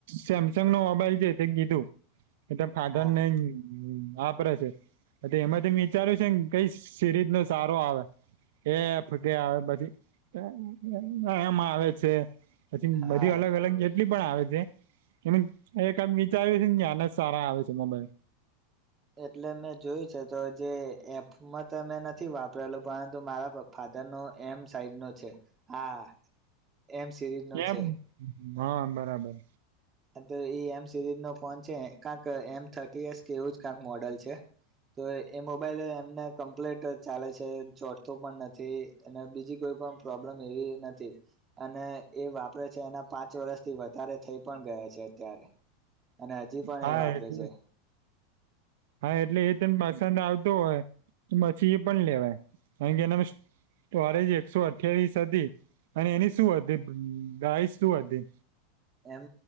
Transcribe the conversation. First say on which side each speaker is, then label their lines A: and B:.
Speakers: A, on the right (about 70°); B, on the right (about 25°).
A: સેમસંગ નો મોબાઈલ છે તે કીધું. એટ ફાદર
B: હા
A: નઈ વાપરે છે હ તો એમાં તમે વિચાર્યું છે કઈ સિરીઝ નો સારો આવે એ ખોટી આવે બધી એમ એમાં આવે છે. પછી
B: હા
A: બધી અલગ અલગ કે ટલી પણ આવે છે એમ એક આમ વિચાર્યું છે આન જ સારા આવે છે મોબાઈલ
B: એટલે મેં જોયું છે તો જે એફમાં તો મેં નથી વાપરેલું પરંતુ મારા ફાધરનો એમ સાઈડ નો છે. હા. એમ સિરીઝ નો
A: એમ
B: છે.
A: હા, બરાબર.
B: હા તો એ એમ સિરીઝ નો ફોન છે કાંક એમ થર્ટી એસ કે એવું જ કાંક મોડલ છે તો એ મોબાઈલ એમને કમ્પ્લીટ ચાલે છે ચોટતું પણ નથી અને બીજી કોઈ પણ પ્રોબ્લમ એવી નથી અને એ વાપરે છે એના પાંચ વર્ષથી વધારે થઈ પણ ગયા છે અત્યારે. અને હજી પણ
A: હા
B: એ વાપરે
A: એટલે
B: છે.
A: હા એટલે એ તને પસંદ આવતો હોય તો પછી એ પણ લેવાય કારણ કે એના સ્ટોરેજ એકસો અઠ્યાવીસ હતી અને એની શું હતી? ગાઈસ શું હતી?
B: એમ